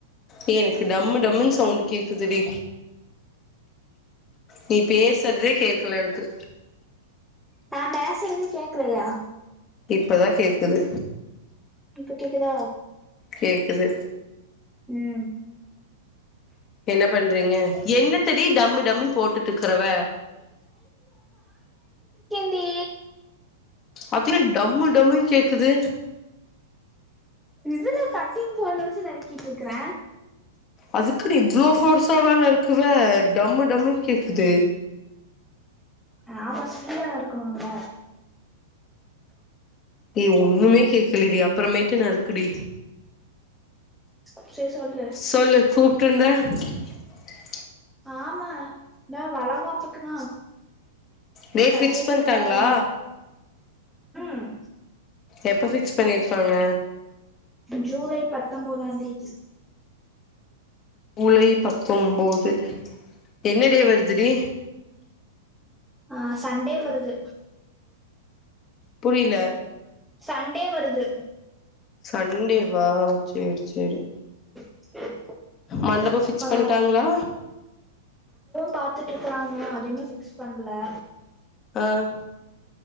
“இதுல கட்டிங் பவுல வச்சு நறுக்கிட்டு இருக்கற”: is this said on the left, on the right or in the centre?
Centre